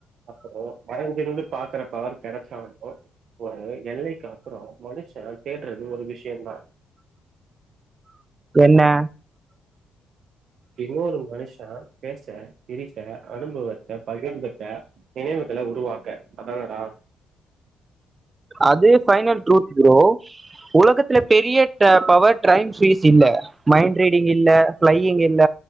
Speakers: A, on the right; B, on the right.
A: அப்றோ மறஞ்சிருந்து பாக்குற பவர் கெடச்சாலு ஒரு எல்லைக்கா அப்றோ மனுச தேட்றது ஒரு விஷ் சேமா
B: என்ன
A: இன்னொரு மனுஷ பேச சிரிக்க அனுபவத்த பகிர்ந்துக்க நினைவுகள உருவாக்க அதானடா
B: அதே ஃபைனல் ட்ரூத் ப்ரோ உலகத்துல
A: ம்.
B: பெரிய <unintelligible> பவர் டைம்ஸ் ஈசி இல்ல மைண்ட் ரீடிங் இல்ல பிளையிங் இல்ல